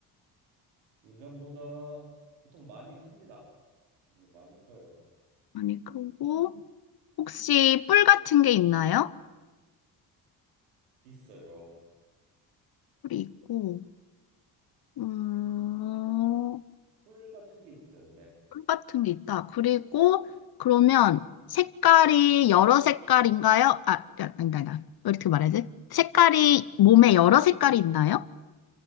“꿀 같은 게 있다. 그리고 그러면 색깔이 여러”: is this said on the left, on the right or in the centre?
Left